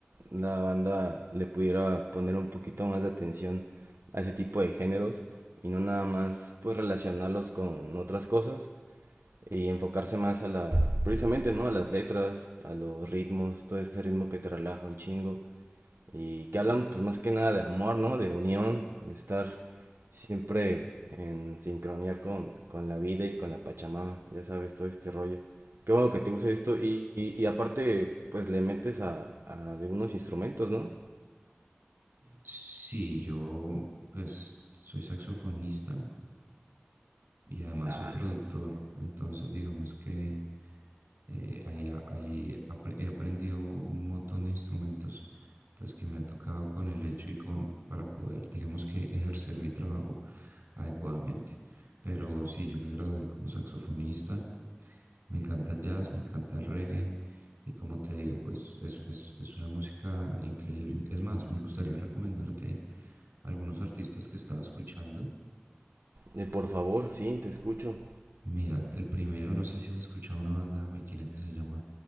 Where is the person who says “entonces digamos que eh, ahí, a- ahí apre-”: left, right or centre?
Right